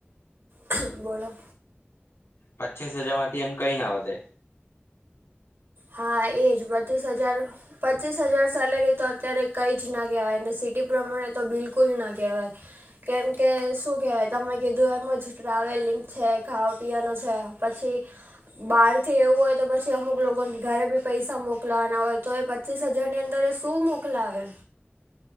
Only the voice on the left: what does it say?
પચ્ચીસ હજાર માંથી એન કઈ ના વધે.